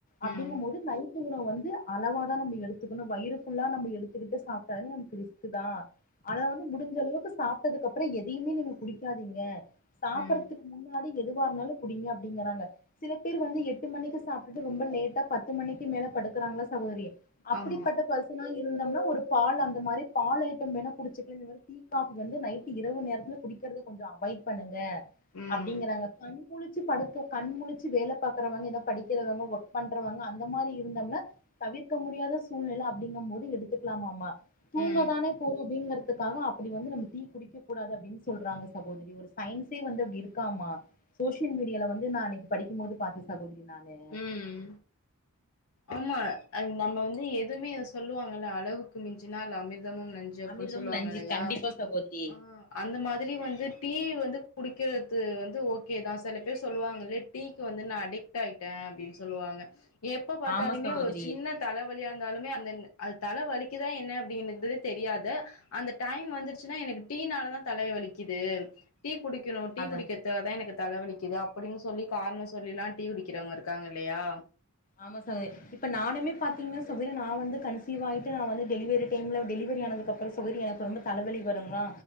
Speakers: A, on the left (about 40°); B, on the left (about 75°).
A: அப்டிங்கும்போது
B: ம்
A: நைட்டு உணவு வந்து அளவா தா நம்ம எடுத்துக்கணோ வயிறு புல்லா நம்ம எடுத்துக்கிட்டு சாப்பிட்டாலூ நமக்கு ரிஸ்க் கு தான் ஆனா வந்து முடிஞ்ச அளவுக்கு சாப்ட்டதுக்கு அப்புறம் எதையுமே நீங்க குடிக்காதீங்க சாப்பறதுக்கு
B: ம்
A: முன்னாடி எதுவா இருந்தாலூ குடிங்க அப்டிங்குறாங்க சில பேர் வந்து எட்டு மணிக்கு சாப்ட்டுட்டு ரொம்ப லேட்டா பத்து மணிக்கு மேல படுக்கறாங்கில்ல சகோதரி அப்படிப்பட்ட
B: ஆமா
A: பஸ் இத்தின்னால் இருந்தோம்னா ஒரு பால் அந்த மாதிரி பால் ஐட்டம் வேண்ணா குடிச்சிக்கலாங்க அது டீ காபி வந்து நைட் இரவு நேரத்துல குடிக் குடிக்கிறது கொஞ்சோ அவாய்ட் பண்ணுங்க
B: ம்
A: அப்படிங்கிறாங்க ‌அன் ச்சி படுக்க கண் முழிச்சு வேல பாக்குறவங்க ஏதோ படிக்கிறவங்க ஒர்க் பண்றவங்க அந்த மாரி இருந்தோம்ன தவிர்க்க முடியாத சூழ்நிலை அப்படிங்கும் போது எடுத்துக்கலாமாமா தூங்கதானே
B: ம்
A: போறோ அப்படிங்கறதுக்காக அப்படி வந்து நம்ம டீ குடிக்க கூடாது அப்படின்னு சொல்றாங்க சகோதரி ஒரு சயின்ஸே வந்து அப்டி இருக்காமா சோசியல் மீடியாவ்ல வந்து நா அன்னைக்கு படிக்கும் போது பாத்தே சகோதரி நானு
B: ம் ஆமா அத் நம்ம வந்து எதுவுமே சொல்லுவாங்கல்ல அளவுக்கு மிஞ்சுனால் அமிர்தமும் நஞ்சு அப்பட்ன்னு
A: அமிர்தமும்
B: சொல்லுவாங்க
A: நஞ்சு
B: இல்லையா
A: கண்டிப்பா சகோதரி
B: ஆ அந்த மாதிரி வந்து டீ வந்து குடிக்கிறது வந்து ஓகே தா செல பேர் சொல்லுவாங்க லேட் டீக் வந்து நா அடிக்ட் ஆயிட்டே அப்டின்னு சொல்லுவாங்க எப்ப பார்த்தாலுமே
A: ஆமா சகோதரி
B: ஒரு சின்னத் தலைவலியா இருந்தாலுமே அந்த அது தலை வலிக்குதா என்ன அப்படின்னு தெரியாது அந்த டைம் வந்துருச்சுனா எனக்கு டீனால தா தல வலிக்குது டீ குடிக்கணும் டீ
A: அத
B: குடிக்க இத்தா தா எனக்கு தலைவலிக்குது அப்படின்னு சொல்லி காரணம் சொல்லில்லாம் டீ குடிக்கிறவங்க இருக்காங்க இல்லியா
A: ஆமா சகோதரி இப்ப நானுமே பாத்தீங்கன்னா சகோதரி சில சமயத்துல கன்சீவ் ஆயிட்டு நான் வந்து டெலிவரி டைம்ல டெலிவரி ஆனதுக்கு அப்றம் ம் எனக்கு ரொம்ப தலைவலி வருங்களா